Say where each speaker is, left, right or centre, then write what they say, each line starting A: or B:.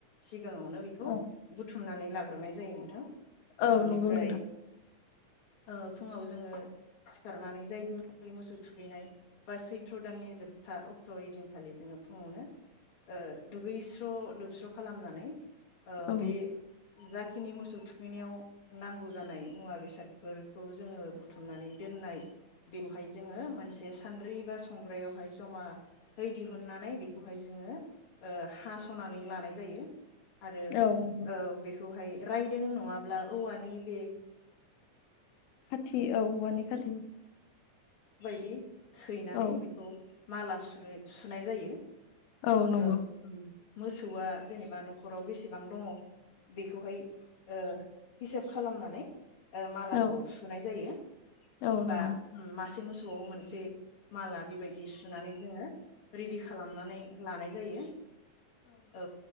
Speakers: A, on the left; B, on the left.
A: सिगाङावनो बेखौ
B: औ
A: बुथुमनानै लाग हरनाय जायो नोंथां।
B: औ
A: ओनिफ्राय।
B: नंगौ नोंथां
A: ओ फुङाव जोङो सिखारनानै जाय दिनखालि मोसौ थुखैनाय बा सैथ्र' दाननि जोबथा अक्ट' इदिनखालि जोङो फुङावनो ओ दुगैस्र' लोबस्र' खालामनानै ओ
B: औ
A: बे जाखिनि मोसौ थुखैनायाव नांगौ जानाय मुवा बेसादफोरखौ जोङो बु थुमनानै दोननाय बेखौहाय जोङो मोनसे सान्द्रि बा संग्रायावहाय जमा हैै दिहुननानै बेखौहाय जोङो ओ हास'नानै लानाय जायो। आरो
B: औ नंगौ
A: ओ बे खौहाय रायदों नङाब्ला औवानि बे
B: खाथि औ औवानि खाथि
A: बायदि सैनानै
B: औ
A: बेखौ माला सुरै सुनाय जायो।
B: औ नंगौ
A: ओं उम मोसौआ जेनेबा न'खराव बेसेबां दङ' बेखौहाय ओ हिसाब खालामनानै ओ मालाखौ
B: औ
A: सुनाय जायो
B: औ
A: बा
B: नंगौ
A: मासे से मोसौआव मोनसे माला बेबायदि सुनानै जोङो रेडि खालामनानै लानाय जायो। औ